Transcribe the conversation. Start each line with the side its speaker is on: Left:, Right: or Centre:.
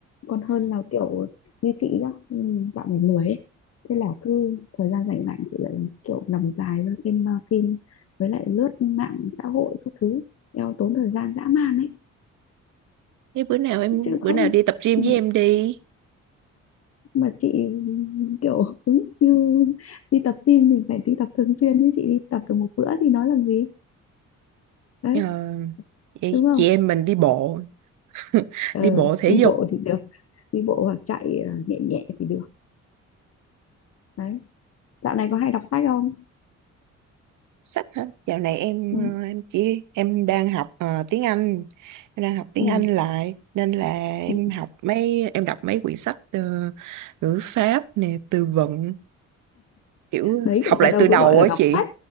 Left: còn hơn là kiểu như chị nhá ừ, dạo này lười ấy thế là cứ thời gian rảnh rảnh chị lại kiểu nằm dài ra xem uh, phim với lại lướt mạng xã hội các thứ eo tốn thời gian dã man ấy
Right: thế bữa nào em
Left: chứ
Right: bữa
Left: không
Right: nào đi tập gym
Left: ừ,
Right: với em đi
Left: mà chị kiểu đúng như đi tập gym thì phải đi tập thường xuyên chứ chị đi tập được một bữa thì nói làm gì đấy
Right: Ờ, vậy
Left: đúng không
Right: chị em mình đi bộ <laughs>
Left: ờ,
Right: đi bộ thể
Left: đi
Right: dục
Left: bộ thì được đi bộ hoặc chạy uh, nhẹ nhẹ thì được đấy dạo này có hay đọc sách không
Right: Sách hả? Dạo này em
Left: ừ.
Right: ờ, em chỉ em đang học ờ, tiếng Anh, em đang học tiếng
Left: Ừ,
Right: Anh lại nên là em
Left: ừ.
Right: học mấy em đọc mấy quyển sách ờ, ngữ pháp nè, từ vựng kiểu
Left: Đấy
Right: học
Left: người
Right: lại
Left: ta đâu
Right: từ đầu
Left: có gọi là
Right: á
Left: đọc
Right: chị.
Left: sách